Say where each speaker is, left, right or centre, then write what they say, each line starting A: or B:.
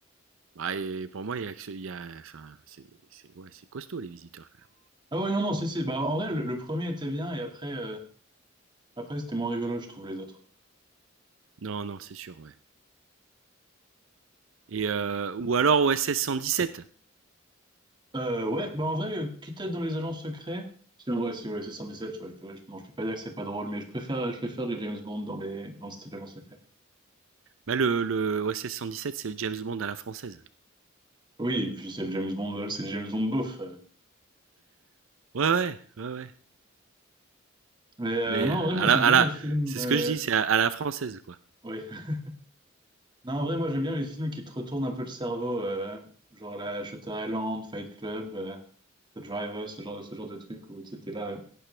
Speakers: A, on the right (about 75°); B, on the right (about 25°).
A: Bah et pour moi, il y a, il y a- enfin, c'est, c'est, ouais, c'est costaud les visiteurs quand même.
B: Ah ouais, non, non, si, si. Bah, en vrai, le, le premier était bien et après, euh, après c'était moins rigolo, je trouve, les autres.
A: Non, non, c'est sûr, ouais. Et euh, ou alors OSS 117.
B: Euh, ouais, bah en vrai, euh, quitte à être dans les agents secrets, si en vrai, si ouais, c'est 117, ouais, je, peux- je- non, je peux pas dire que c'est pas drôle, mais je préfère, je préfère les James Bond dans les, dans le style agent secret.
A: Bah le, le OSS 117, c'est le James Bond à la française.
B: Oui, et puis c'est le James Bond, euh, c'est le James Bond beauf. euh.
A: Ouais, ouais, ouais, ouais.
B: Mais euh,
A: Mais
B: non, en
A: euh,
B: vrai,
A: à
B: moi j'aime
A: la, à
B: bien
A: la,
B: les films.
A: c'est
B: euh,
A: ce que je dis, c'est à, à la française, quoi.
B: ouais. <laughs> Non, en vrai, moi j'aime bien les films qui te retournent un peu le cerveau, euh, genre la Shutter Island, Fight Club, euh, The Driver, ce genre de, ce genre de truc où tu étais là.